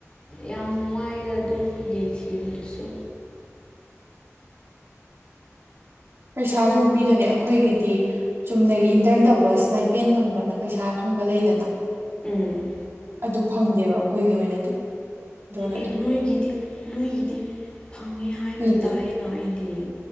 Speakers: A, on the left; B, on the right.
A: ꯌꯥꯝ ꯋꯥꯏ ꯑꯗꯨꯒꯤ ꯊꯤꯕꯗꯨꯁꯨ
B: ꯄꯩꯁꯥꯁꯨ ꯑꯃꯨꯛ ꯄꯤꯗꯣꯏꯅꯦ ꯑꯩꯈꯣꯏꯒꯤꯗꯤ ꯆꯨꯝꯅꯒꯤ ꯏꯟꯇꯔꯟ ꯇꯧꯕ ꯁꯅꯥꯏꯄꯦꯟ ꯐꯪꯕꯅ ꯄꯩꯁꯥ ꯐꯪꯕ ꯂꯩꯗꯅ
A: ꯎꯝ
B: ꯑꯗꯨ ꯐꯪꯗꯦꯕ ꯑꯩꯈꯣꯏꯒꯤ ꯑꯣꯏꯅꯗꯤ ꯑꯗꯨꯅ
A: ꯑꯦ ꯅꯣꯏꯒꯤꯗꯤ ꯅꯣꯏꯒꯤꯗꯤ ꯐꯪꯉꯦ ꯍꯥꯏꯅ
B: ꯄꯤꯗꯦ
A: ꯇꯥꯏꯌꯦꯅ ꯑꯩꯗꯤ